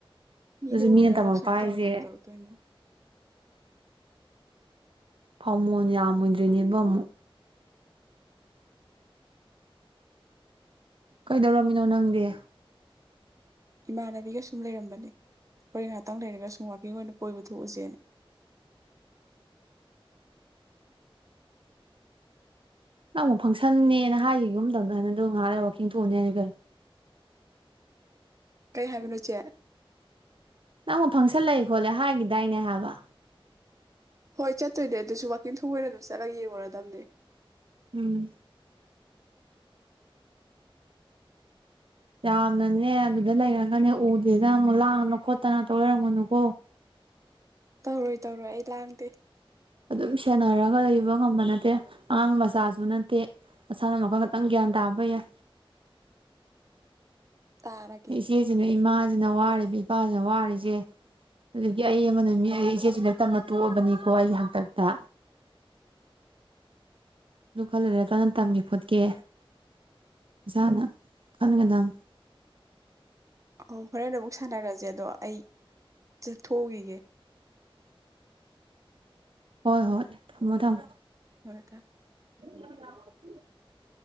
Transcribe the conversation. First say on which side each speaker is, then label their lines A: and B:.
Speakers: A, on the right; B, on the right.
A: ꯃꯤꯗ
B: ꯑꯗꯨꯁꯨ
A: ꯎꯍꯜꯂ
B: ꯃꯤꯅ ꯇꯝꯃꯛꯄ
A: ꯂꯧꯂꯥꯟ
B: ꯍꯥꯏꯁꯦ
A: ꯀꯌꯥꯝ ꯇꯧꯔ ꯇꯣꯏꯅꯣ
B: ꯐꯃꯣꯟ ꯌꯥꯝꯃꯣꯏꯗ꯭ꯔꯤꯅꯦꯕ ꯃꯨꯛ ꯀꯩꯗꯧꯔꯝꯃꯤꯅꯣ ꯅꯪꯗꯤ
A: ꯏꯃꯥꯟꯅꯕꯤꯒ ꯁꯨꯝ ꯂꯩꯔꯝꯕꯅꯤ ꯍꯣꯔꯦꯟ ꯉꯍꯥꯛꯇꯪ ꯂꯩꯔꯒ ꯁꯨꯝ ꯋꯥꯛꯀꯤꯡ ꯑꯣꯏꯅ ꯀꯣꯏꯕ ꯊꯣꯛꯎꯁꯦꯅ
B: ꯅꯪ ꯑꯃꯨꯛ ꯐꯪꯁꯟꯅꯦꯅ ꯍꯥꯏꯒ ꯌꯨꯝꯗꯧꯗ ꯍꯥꯏꯅꯗ ꯉꯥꯏꯍꯥꯛ ꯂꯩ ꯋꯥꯛꯀꯤꯡ ꯊꯣꯛꯑꯅꯤ ꯍꯥꯏꯅꯤ ꯀꯩ
A: ꯀꯩ ꯍꯥꯏꯕꯅꯣ ꯏꯆꯦ
B: ꯅꯪꯕꯨ ꯐꯪꯁꯜꯂꯩ ꯈꯣꯠꯂꯦ ꯍꯥꯏꯈꯤꯗꯥꯏꯅꯦ ꯍꯥꯏꯕ
A: ꯍꯣꯏ ꯆꯠꯇꯣꯏꯅꯦ ꯑꯗꯨꯁꯨ ꯋꯥꯛꯀꯤꯡ ꯊꯣꯛꯄ ꯑꯣꯏ ꯑꯗꯨꯝ ꯆꯠꯂꯒ ꯌꯦꯡꯉꯨꯔꯗꯝꯅꯦ
B: ꯎꯝ ꯌꯥꯝꯅꯅꯦ ꯑꯗꯨꯗ ꯂꯩꯔꯒꯅꯦ ꯎꯗꯦꯅ ꯑꯃꯨꯛ ꯂꯥꯡꯗꯅ ꯈꯣꯠꯇꯅ ꯇꯧ ꯂꯩꯔꯝꯒꯅꯨꯀꯣ
A: ꯇꯧꯔꯣꯏ ꯇꯧꯔꯣꯏ ꯑꯩ ꯂꯥꯡꯗꯦ
B: ꯑꯗꯨꯝ ꯁꯦꯟꯅꯔꯒ ꯂꯩꯕ ꯉꯝꯕ ꯅꯠꯇꯦ ꯑꯉꯥꯡ ꯃꯆꯥꯁꯨ ꯅꯠꯇꯦ ꯅꯁꯥꯅ ꯋꯥꯈꯜ ꯈꯤꯇꯪ ꯒ꯭ꯌꯥꯟ ꯇꯥꯕ ꯌꯥꯏ
A: ꯇꯥꯔꯒꯦ
B: ꯏꯆꯦꯁꯤꯅꯦ ꯏꯃꯥ ꯏꯁꯤꯅ ꯋꯥꯔꯤꯕ ꯏꯄꯥꯁꯤꯅ ꯋꯥꯔꯤꯁꯦ ꯑꯗꯨꯗꯒꯤ ꯑꯩ ꯑꯃꯅ ꯃꯤ ꯑꯩ ꯏꯆꯦꯁꯨ ꯂ ꯇꯝꯅ ꯇꯣꯛꯑꯕꯅꯤꯀꯣ ꯑꯩꯒꯤ ꯍꯥꯛꯇꯛꯇ ꯑꯗꯨ ꯈꯜꯂꯔꯦ ꯀꯅꯥ ꯇꯝꯒꯦ ꯈꯣꯠꯀꯦ ꯏꯁꯥꯅ ꯈꯟꯒꯗꯝ
A: ꯑꯣ ꯍꯣꯔꯦꯟ ꯑꯃꯨꯛ ꯁꯥꯟꯅꯔꯁꯦ ꯑꯗꯣ ꯑꯩ ꯆꯠꯊꯣꯛꯎꯒꯤꯒꯦ
B: ꯍꯣꯏ ꯍꯣꯏ ꯊꯝꯃꯣ ꯊꯝꯃꯣ
A: ꯍꯣꯏꯗ
B: <unintelligible>